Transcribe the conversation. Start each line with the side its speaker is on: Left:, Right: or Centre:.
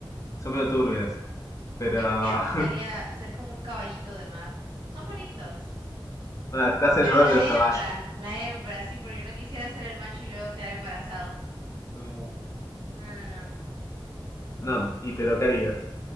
Left: Son medio turbias, pero
Right: Yo
Left: <laughs>
Right: creo
Left: ah,
Right: que me gustaría ser como un caballito de mar. Son bonitos.
Left: estás
Right: Pero
Left: en el orden
Right: la
Left: de los caballos.
Right: hembra, la hembra, sí, porque no quisiera ser el macho y luego quedar embarazado.
Left: No,
Right: No, no, no.
Left: no, y pero ¿qué harías